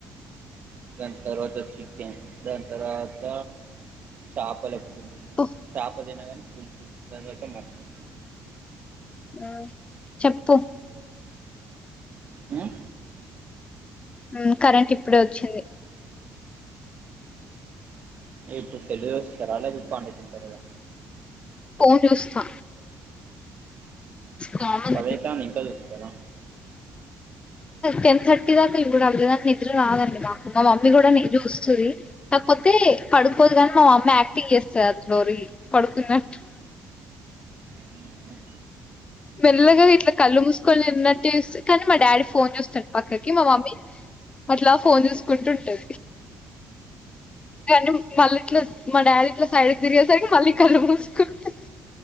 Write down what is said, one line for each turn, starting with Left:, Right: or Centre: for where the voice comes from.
Right: దాని తర్వాత చికెన్ దాని తర్వాత చాపలకు
Left: ఉహ్,
Right: చాప తినకానీ పుల్సు దాని తర్వాత మట్టన్
Left: ఆ చెప్పు
Right: మ్మ్
Left: మ్మ్ కరెంట్ ఇప్పుడే వచ్చింది
Right: ఇప్పుడు సెల్లు చూస్తారా లేకపోతే పండుకుంటార కదా
Left: ఫోన్ చూస్తా కామన్
Right: పదైతంది ఇంకా చూస్తారా
Left: టెన్ థర్టీ దాకా ఇవి కూడా అవలేదానికి నిద్ర రాదండి మాకు మా మమ్మీ కూడా చూస్తుంది కాకపోతే తే పడుకోదు కానీ మా మమ్మీ యాక్టింగ్ చేస్తారు <unintelligible> పడుకున్నట్టు
Right: ఉమ్,
Left: మెల్లగా ఇట్ల కళ్ళు మూసుకొని ఉన్నట్టు చేస్ కానీ మా డాడీ ఫోన్ చూస్తాడు పక్కకి మా మమ్మీ అట్లా ఫోన్ చూసుకుంటుంటది కానీ మళ్ళీ ఇట్ల మా డాడీ ఇట్ల సైడ్కి తిరిగేసరికి మళ్ళీ కళ్ళు మూసుకుంట